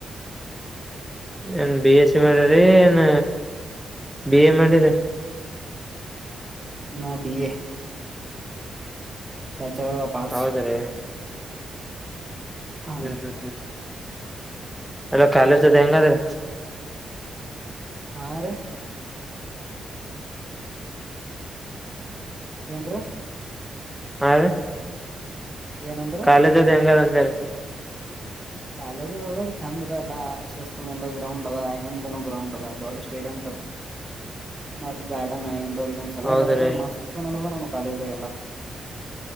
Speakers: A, in the centre; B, on the right.
A: ಏನ್ ಬಿ ಎಸ್ ಸಿ ಮಾಡಿರಿ ಏನ್ ಬಿ ಎ ಮಾಡಿರಿ
B: ನಾನು B A. Bachelor of arts.
A: ಹೌದ್ರೀ
B: ಹಾ
A: ಹ್ಮ್ ಹ್ಮ್ ಹ್ಮ್. ಅಲ್ಲ
B: ಹಾ
A: ಕಾಲೇಜ್ ಅದ ಹೆಂಗ ಅದ್ರ.
B: ಹಾ ರೀ ಏನ್ರೀ.
A: ಹಾ ರೀ
B: ಏನಂದ್ರಿ
A: ಕಾಲೇಜ್ ಅದ್ ಹೆಂಗದ ಅಂದ್ರ.
B: ಕಾಲೇಜ ಅದ ಅದ ಚಂದ ಅದ ಅಲ್ಲ ಶಿಸಸ್ತ ಮುಂದ ಗ್ರೌಂಡ್ ಅದ ಹಿಂದ ಗ್ರೌಂಡ್ ಅದ ದೊಡ್ಡ ಸ್ಟೇಡಿಯಂ. ಮ ಗ ಇ. <unintelligible> ಗಮ್ಸ್ ಎಲ್ಲ
A: ಹೌದ್ರೀ
B: ಬರಬದು ಮಸ್ತ್ ನೋಡನೋ ಕಾಲೇಜ ಎಲ್ಲ.